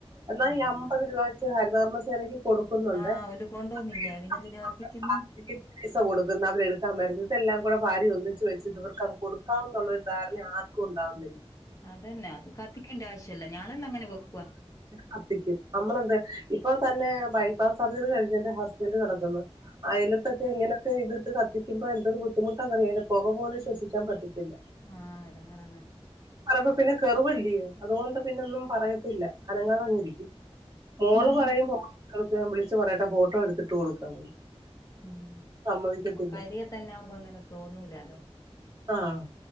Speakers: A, on the right; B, on the left.
A: എന്നാ
B: ആഹ്
A: ഈ അമ്പത് രൂപ വെച്ച് ഹരിതവർമ്മ സേനക്ക് കൊടുക്കുന്നുണ്ടേ
B: ആഹ് ഓല് കൊണ്ടോന്നില്ല
A: <unintelligible>
B: പിന്നെന്തിനാ കത്തിക്കുന്ന്
A: പൈസ കൊടുക്കുന്ന അവരെ എടുക്കാൻ വരുന്നു ഇതെല്ലാം കൂടെ വാരി ഒന്നിച്ച് വെച്ച് ഇതവർക്ക് കൊടുക്കാ എന്നുള്ളൊരു ധാരണ ആർക്ക ആർക്കും ഉണ്ടാവുന്നില്ല
B: അതന്നെ അത് കത്തിക്കേണ്ട ആവശ്യല്ല ഞാളല്ലാം അങ്ങനെ വെക്കുവ
A: കത്തിക്കും നമ്മൾ എന്താ ഇപ്പൊ തന്നെ ബൈപാസ് സർജറി കഴിഞ്ഞ് എന്റെ ഹസ്ബന്റ് കെടക്കുന്ന് അയലത്തൊക്കെ ഇങ്ങനെയൊക്കെ ഇതിട്ട് കത്തിക്കുമ്പോ എന്തൊരു ബുദ്ധിമുട്ടാന്നറിയോ അയിന്റെ പൊക പോലും ശ്വസിക്കാൻ പറ്റത്തില്ല
B: ആഹ് എടങ്ങേറാന്നേ
A: പറയുമ്പ പിന്നെ കെറുവല്ലിയോ അതുകൊണ്ട് പിന്നെ ഒന്നും പറയത്തില്ല അനങ്ങാതങ്ങിരിക്കും മോള്
B: ഉം
A: പറയുമ്പോ ഫോൺ വിളിച്ചു പറയട്ടെ ഫോട്ടോ എടുത്തിട്ട് കൊടുക്കാന്ന്
B: ഉം
A: സമ്മതിക്കത്തില്ല
B: ഞമ്മൾക് അരിയെ തന്നെ ആവുമ്പോ അങ്ങനെ തോന്നൂലാലൊ
A: ആഹ്